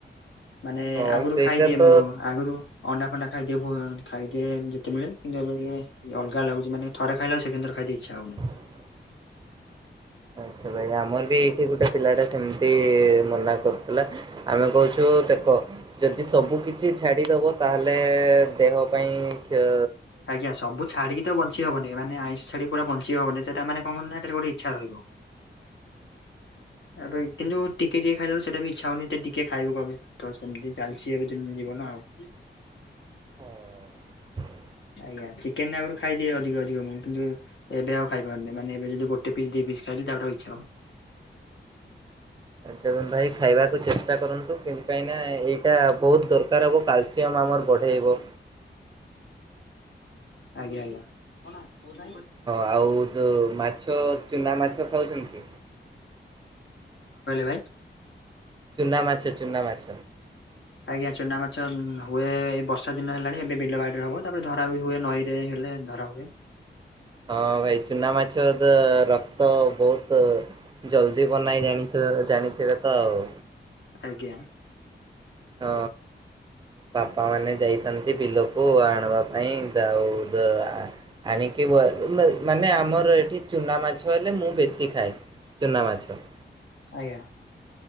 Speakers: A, on the left; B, on the right.
A: ମାନେ
B: ହଁ
A: ଆଗରୁ
B: ସେଇଟା
A: ଖାଇଦିଏ
B: ତ
A: ମୁଁ ଆଗରୁ ଅଣ୍ଡା ଫଣ୍ଡା। ଖାଇଦିଏ ଖାଇଦିଏ ଯେତେ ମିଳେ କିନ୍ତୁ ଏବେଇ ଅଲଗା ଲାଗୁଛି ମାନ ରେ ଖାଇଲା ସେକେଣ୍ଡ ୍ ଥର ଖାଇଦେ ଇଚ୍ଛା ହଉନହିଁ।
B: <inaudible> ଆଛା ଭାଇ ଆମର ବି ଏଇଠି ଗୋଟେ ପିଲା ଟା ସେମିତି ମନା କରୁଥିଲା ଆମେ କହୁଛୁ ଦେଖ ଯଦି ସବୁ କିଛି ଛାଡ଼ିଦବ ତାହେଲେ ଦେହ ପାଇଁ ଇଁ
A: ଆଜ୍ଞା ସବୁ ଛାଡିକି ତ ବଞ୍ଚି ହବନି ମାନେ ଆଇଁଷ ଛାଡି ପୁରା ବଞ୍ଚି କିଛି ହବନି ସେଟା ମାନେ କଣ କରଟ ଗୋଟେ ଇଛା ରହିବ। ଏବେ କିନ୍ତୁ ଟିକେ ଟିକେ ଖାଇଲା ବେଳକୁ ସେଟା ବି ଇଛା ହଉନି ଏଟା ଟିକେ ଖାଇବୁ ଏବେ ତ ସେମିତି ଚାଲିଚଛି ଏବେ ଦିନ ଯିବୁ। କ ନା ଆଉ।
B: <inaudible> <inaudible>
A: ଆଜ୍ଞା ଚିକେନ ଆଗରୁ ଖାଇଦିଏ ଅଧିକ ଅଧିକ ମୁଁ କିନ୍ତୁ ଏବେ ଆଉ ଖାଇ ପାରୁନି ମାନେ ଏବେ ଯଦି ଗୋଟେ ପିସ୍ ଦି ପିସ୍। ଖାଇଲି ତା ପରେ ଆଉ ଇଛା ହଉନି।
B: <inaudible> ଆଛା ଏବଂ ଭାଇ ଖାଇବାକୁ ଚେଷ୍ଟା କରନ୍ତୁ ସେଥିପାଇଁ ନା ଏଇଟା ବହୁତ ଦରକାର। କାରକୁ କାଲସୟମ୍ ଆମର ବଢ଼େଇବ।
A: ଆଜ୍ଞା ଆଜ୍ଞା। <unintelligible> କଣ କହିଲେ
B: ହଁ ଆଉ ଯୋଉ ମାଛ ଚୁନା ମାଛ ଖାଉଛନ୍ତି?
A: ଭାଇ?
B: ଚୁନା ମାଛ ଚୁନା ମାଛ
A: ଆଜ୍ଞା ଚୁନା ମାଛ ଆଚ୍ଛା ହୁଏ ଏ ବର୍ଷା ଦିନ ହେଲାଣି ଏବେ ବିଲବାଡ଼ିରେ ହେବ। ତାପରେ ଧରା ବି ହୁଏ ନଈରେ ହେଲେ ଧରା ହୁଏ।
B: ହଁ ଭାଇ ଚୁନା ମାଛ ରକ୍ତ ବହୁତ୍। ଜଲଦି ବନଇ ଜାଣିଛ ଜାଣିଥିବେ ତ ଆଉ।
A: ଆଜ୍ଞା।
B: ହଁ। ବାପା ମାନେ ଯାଇଥାନ୍ତି ବିଲକୁ ଆଣ୍ ବା ପାଇଁ ଯାଉ- ଯୋ-ଆଣିକି <unintelligible> ମାନେ ଆମର ଏଇଠି ଚୁନା ମାଛ ହେଲେ ମୁଁ ବେଶୀ ଖାଏ। ଚୁନାମାଛ।
A: ଆଜ୍ଞା।